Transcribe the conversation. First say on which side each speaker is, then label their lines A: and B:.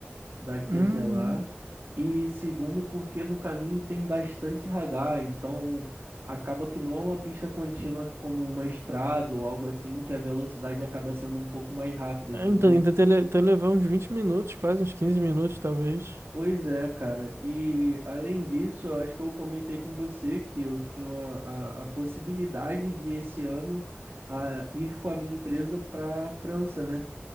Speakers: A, on the right; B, on the right.
A: daqui
B: Hum,
A: até lá. E segundo, porque no caminho tem bastante radar, então acaba que não é uma pista contínua como uma estrada ou algo assim, que a velocidade acaba sendo um pouco mais rápida,
B: Ah,
A: entendeu?
B: então ainda até, le- até levar uns 20 minutos, quase uns quinze minutos, talvez.
A: Pois é, cara. E além disso, eu acho que eu comentei com você que eu tinha a, a, a possibilidade de esse ano a, ir com a minha empresa para a França, né?